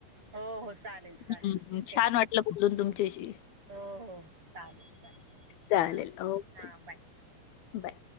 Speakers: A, on the right; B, on the left.
A: हो हो चालेल चालेल
B: हम्,
A: ठीक आहे
B: छान वाटलं बोलून तुमच्याशी
A: हो हो, चालेल, चालेल.
B: चालेल,
A: हां ठीक
B: ओके
A: हां बाय
B: बाय.